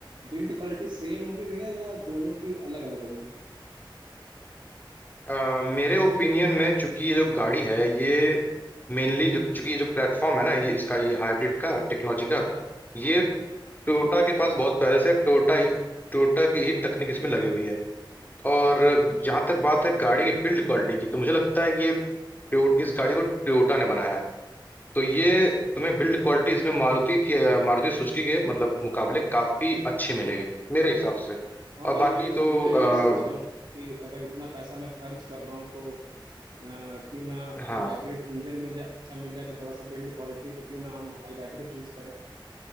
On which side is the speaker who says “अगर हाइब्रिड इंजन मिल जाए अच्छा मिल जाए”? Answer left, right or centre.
Right